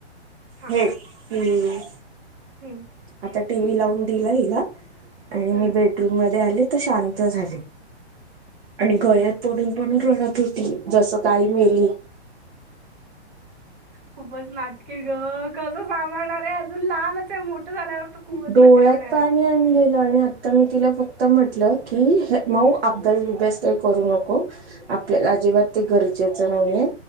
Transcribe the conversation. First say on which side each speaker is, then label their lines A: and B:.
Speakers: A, on the right; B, on the right.
A: हा
B: हे हम्म
A: हम्म
B: आता टी व्ही लावून दिला हिला. आणि मी
A: हम्म.
B: बेडरूम मध्ये आले तर शांत झाली. आणि गळ्यात पडून पडून रडत होती. जस का आई मेली.
A: खूपच नाटकी ग. कस साभाळनार. ते अजून लाहानच आहे. मोठ झाल्यावर तो कुवत
B: डोळ्यात
A: नकरे होणारे.
B: <unintelligible> आणि आता मी तिला फक्त म्हटल की, हे माऊ अभ्यास बिभ्यास काही करू नको. आपल्याला
A: हम्म,
B: अजिबात ते गरज नाही